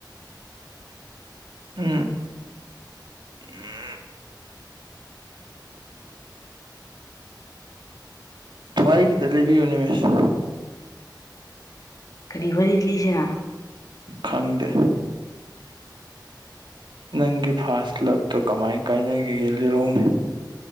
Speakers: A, on the right (about 80°); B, on the left (about 50°).
A: ꯎꯝ ꯎꯝ ꯋꯥꯔꯤ ꯈꯤꯇ ꯂꯤꯕꯤꯌꯨꯅ‌ꯦ ꯃꯤꯁ
B: ꯀꯔꯤ ꯋꯥꯔꯤ ꯂꯤꯁꯤꯔ
A: ꯈꯪꯗꯦ ꯅꯪꯒꯤ ꯐꯥꯔꯁ ꯂꯞꯇꯣ ꯀꯃꯥꯏ ꯀꯥꯏꯅꯈꯤꯒꯦ ꯂꯤꯔꯣꯡꯅꯤ